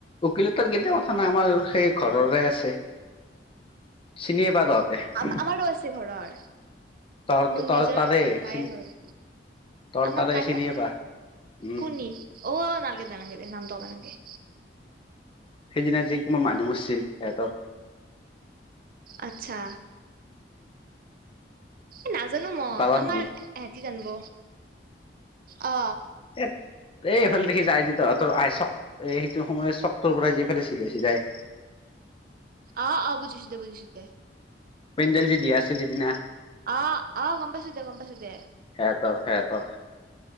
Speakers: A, on the left; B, on the right.
A: উকিলৰ এ তাত গ'লে কথা নাই, আমাৰ সেই ঘৰৰে আছে, চিনিয়ে পা। তহঁতে।
B: আমাৰো আছে ঘৰৰ,
A: তহঁত
B: মোৰ নিজৰ
A: তহঁত তাৰে
B: বায়ে
A: চিনি
B: হয়।
A: তৰ
B: আমাৰ তাৰে,
A: চিনিয়ে পা উম
B: কুনী। অ', নালগে দে, নালগে দে, নামটো ক'বা নালগে।
A: সেইদিনা যে, কোনবা মানুহ মৰছিল সিহঁতৰ।
B: আচ্ছা। এ নাজানোঁ মই,
A: বালাত
B: আমাৰ
A: যি
B: ইহঁতি জানিব, অ'।
A: এ এই এইফালে দেখিছ আই যি, তহঁতৰ আই চক। এ সেইটো সোমাই চকটোৰ পৰাই সিফালে চিধাই, চিধাই।
B: অ', অ', বুজিছোঁ দে, বুজিছোঁ দে।
A: পেণ্ডেল যে দিয়া আছিল, সিদিনা।
B: অ', অ', গম পাইছোঁ দে, গম পাইছোঁ দে।
A: সেহতৰ, সেহতৰ।